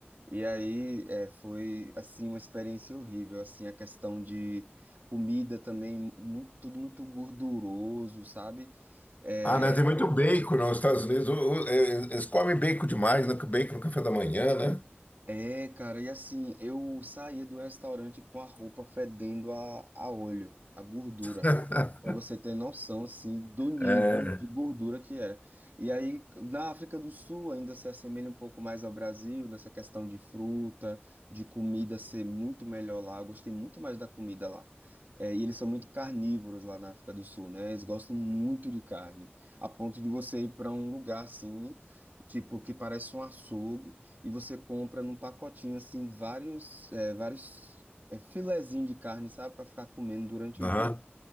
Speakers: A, on the right (about 45°); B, on the left (about 40°).
A: E aí, é, foi, assim, uma experiência horrível. Assim, a questão de comida também, muito, tudo muito gorduroso, sabe? É,
B: Ah, né? Tem muito bacon nos Estados Unidos. O- o- eh, Eles comem bacon demais, né? Bacon no café da manhã, né?
A: é, cara, e assim, eu saía do restaurante com a roupa fedendo a, a óleo, a gordura.
B: <laughs>
A: Para você ter noção, assim, do nível
B: É.
A: de gordura que era. E aí, na África do Sul, ainda se assemelha um pouco mais ao Brasil, nessa questão de fruta, de comida ser muito melhor lá. Eu gostei muito mais da comida lá. É, e eles são muito carnívoros lá na África do Sul, né? Eles gostam muito de carne, a ponto de você ir para um lugar assim, tipo, que parece um açougue, e você compra num pacotinho, assim, vários, é, vários, é, filezinhos de carne, sabe, para ficar comendo durante
B: Aham.
A: o dia.